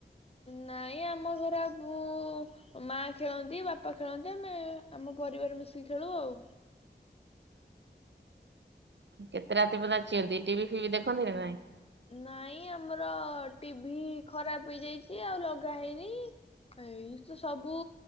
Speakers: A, on the left (about 35°); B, on the right (about 80°).
A: ନାଇଁ ଆମ ଘର ଆଉ କୋଉ ମା ଖେଳନ୍ତି ବାପା ଖେଳନ୍ତି ଆମେ ଆମ ପରିବାର ମିଶିକି ଖେଳୁ ଆଉ।
B: କେତେ ରାତି ପର୍ଯ୍ୟନ୍ତ ଚିଅନ୍ତି ଟିଭି ଫିଭି ଦେଖନ୍ତି ନା ନାଇଁ?
A: ନାଇଁ ଆମର ଟିଭିି ଖରାପ ହେଇଯାଇଛି ଆଉ ଲଗା ହେଇନି। ଏଇ ତ ସବୁ।